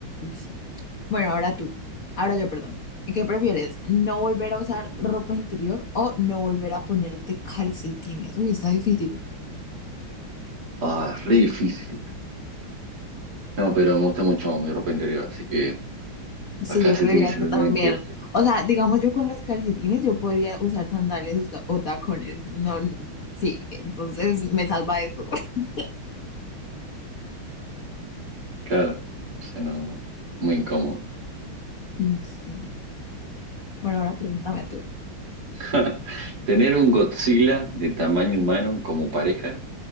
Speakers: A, on the left (about 50°); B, on the right (about 50°).
A: Sí. Bueno, ahora tú, ahora yo, perdón. ¿Qué prefieres? ¿No volver a usar ropa interior o no volver a ponerte calcetines? Uy, está difícil.
B: Ah, re difícil. No, pero me gusta mucho mi ropa interior, así que
A: Sí,
B: las calcetines
A: yo creería
B: se
A: que
B: tendrán
A: también.
B: que ir.
A: O sea, digamos, yo con los calcetines yo podría usar sandalias o ta- o tacones. No, sí, entonces me salva eso. <laughs>
B: Claro, se no, muy incómodo.
A: Mm, Sí. Bueno, ahora pregúntame tú.
B: <laughs> Tener un Godzilla de tamaño humano como pareja